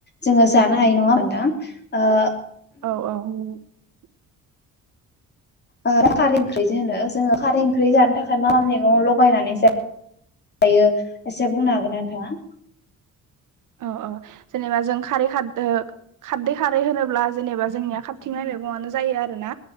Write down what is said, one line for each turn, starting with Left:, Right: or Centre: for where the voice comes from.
Left: जोङो जानो हायो नङा होमबा नोंथां ओ
Right: औ औ <inaudible>
Left: ओ खारै ओंख्रि जे होनो जोङो खारै ओंख्रि जानो थाखाय मा मा मैगं लगायनानै जा यो एसे बुंनो हागोन ना नोंथाङा?
Right: अ अ जेनेबा जों खारै खार खारदै खारै होनोब्ला जेनेबा जोंनिया खाबथिंनाय मैगंआनो जा यो आरो ना